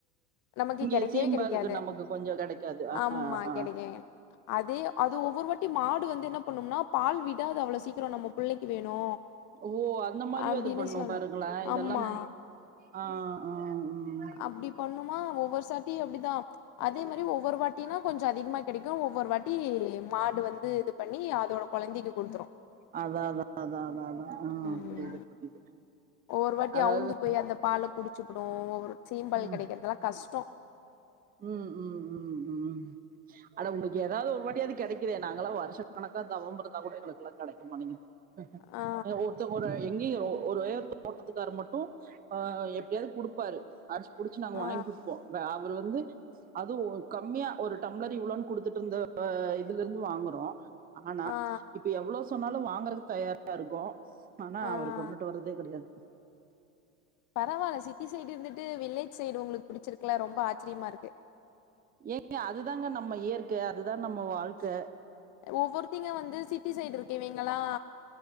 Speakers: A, on the left; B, on the right.
A: நமக்கு
B: இங்க
A: கெடைக்கவே
B: சீம்பாலுக்கு
A: கெடைக்காது
B: நமக்கு கொஞ்சோ கெடைக்காது ஆ
A: ஆமா
B: ஆ
A: கெடைக்கு அதே அது ஒவ்வொரு வாட்டி மாடு வந்து என்ன பண்ணும்னா பால் விடாது அவ்ளோ சீக்கிர நம்ம புள்ளைக்கு வேணு
B: ஓ அந்த மாரியு
A: அப்டின்னு
B: அது பண்ணு
A: சொல்ல
B: பாருங்களா இதெல்லா
A: ஆமா
B: ஆ ஆ ம்
A: அப்டி பண்ணுமா ஒவ்வொரு சாட்டியு அப்டிதா அதே மாரி ஒவ்வொரு வாட்டினா கொஞ்சோ அதிகமா கெடைக்கு ஒவ்வொரு வாட்டி மாடு வந்து இது பண்ணி அதோட கொழந்தைக்கு குடுத்துரு
B: அதா அதா அதா அதா அதா ஆ
A: ம்
B: புரிது புரிது
A: ஒவ்வொரு வாட்டி
B: அதாவ்து
A: அவுந்து போய் அந்த பால குடிச்சிப்புடு ஒவ்வொரு சீம்பால்
B: ம்
A: கெடைக்கறதெல்லா கஷ்டோ
B: ம் ம் ம் ம் அட உங்களுக்கு ஏதாவ்து ஒரு வாட்டியாது கெடைக்கு நாங்கள்லா வருஷ கணக்கா தவம் இருந்தா கூட எங்களுக்குல்லா கெடைக்க மாட்டீங்கிது
A: ஆ
B: ஒரு எங்கேயு ஒரு உயரத்து தோட்டத்துக்காரு மட்டு அ எப்டியாது குடுப்பாரு அடிச்சு புடிச்சு நாங்க
A: ஆ
B: வாங்கி குடுப்போ அவரு வந்து அதுவு கம்மியா ஒரு டம்ளரு இவ்ளோன் குடுத்துட்ருந்த இதுல இருந்து வாங்குறோ ஆனா நா
A: ஆ ஆ
B: இப்ப எவ்ளோ சொன்னாலு வாங்கறதுக்கு தயாரா இருக்கோ ஆனா
A: ஆ
B: அவரு கொண்டுட்டு வர்றதே கெடையாது
A: பரவால்ல சிட்டி சைடு இருந்துட்டு வில்லேஜ் சைடு உங்களுக்கு புடிச்சிருக்கல ரொம்ப ஆச்சிரியமா இருக்கு
B: ஏங்க அதுதாங்க நம்ம இயற்க அதுதா நம்ம வாழ்க்க
A: ஒவ்வொருத்திங்க வந்து சிட்டி சைடு இருக்குவீங்களா